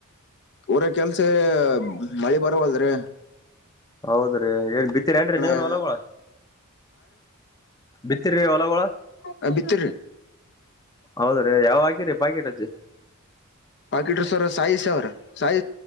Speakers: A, on the left; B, on the left.
A: ಅವರ ಕೆಲ್ಸ ಮಳೆ ಬರಲ್ರಿ
B: ಹೌದ ಏನ್ ಬಿತ್ತೀರ ಏನ್ರೀ ನೀವನ್
A: ಆಗ್ಯದ
B: ಅಲಳ ಬಿತ್ತ. ರಿ ಹೊಲಗ
A: ಆ ಭತರ.
B: ಹೌದ್ರೀ ಯಾವ ಹಾಕಿರಿ ಪಾಕೆಟ್ ಅಜ್ಜಿ
A: ಪಾಕಿಟ್ಸ ಅವರ್ ಸಾಯಿ ಅವರ್ ಸಾಯ